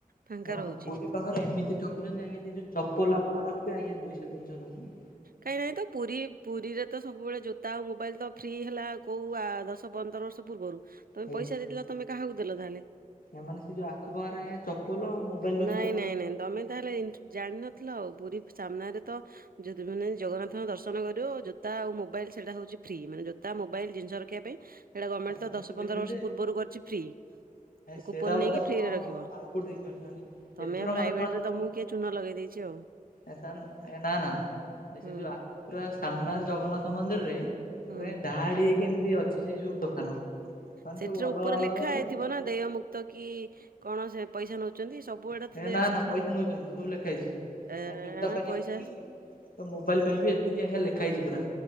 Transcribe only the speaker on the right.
ଫାଙ୍କା
ରହୁଛି
କାଇଁ ନାଇଁ ତ ପୁରୀ। ପୁରୀରେ ତ ସବୁବେଳେ ଜୋତା ଆଉ ମୋବାଇଲ ତ ଫ୍ରି ହେଲା କୋଉ ଆ ଦଶ ପନ୍ଦର ବର୍ଷ ପୂର୍ବରୁ। ତମେ
ପଇସା ଦେଇଦେଲ ତମେ କାହାକୁ ଦେଲ ତାହଲେ?
ନାଇଁ
ନାଇଁ
ନାଇଁ ତମେ ତାହେଲେ ଏନ୍ତେ ଜାଣିନଥିଲ ଆଉ ପୁରୀ ସାମ୍ନାରେ ତ ଯଦୀ ମାନେ ଜଗନ୍ନାଥଙ୍କ ଦର୍ଶନ କରିବ ଜୋତା ଆଉ ମୋବାଇଲ ସେଟା ହଉଛି ଫ୍ରି ମାନେ ଜୋତା ମୋବାଇଲ ଜିନିଷ ରଖିବା ପାଇଁ ହେଟା ଗମେଣ୍ଟ
ତ ଦଶ
ପନ୍ଦର ବର୍ଷ
ପୂର୍ବରୁ କରିଛି ଫ୍ରି। କୁପନ
ନେଇକି
ଫ୍ରିରେ ରଖିବ
ତମେ
ପ୍ରାଇଭେଟ
ରେ ତମକୁ କିଏ ଚୁନ ଲଗେଇ ଦେଇଚି। ଯୋଉ
ହୁଁ
ହୁଁ
ସେଥିରେ
ଉପରେ
ଲେଖା ହେଇଥିବ
ନା ଦେୟ ମୁୁକ୍ତ କି କଣ ସେ ପଇସା ନଉଚନ୍ତି ସବୁ ଆଡେ ତ
ଦେୟ
ସେଠି
ଏ
ପଇସା